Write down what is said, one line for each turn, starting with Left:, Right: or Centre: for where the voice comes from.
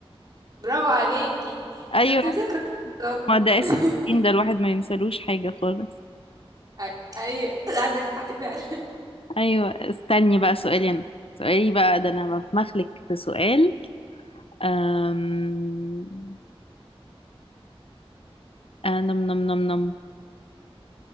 Right: برافو عليكي
Left: ايوه
Right: لو انت مذاكرة اه.
Left: ما ده اسم
Right: أي-
Left: الدين ده الواحد ما ينسلوش حاجة خالص
Right: <laughs> ايوه عندك حق فعلا
Left: ايوه استني بقى سؤالي انا سؤالي بقى ده انا مخمخلك في سؤال أم... آه نم نم نم نم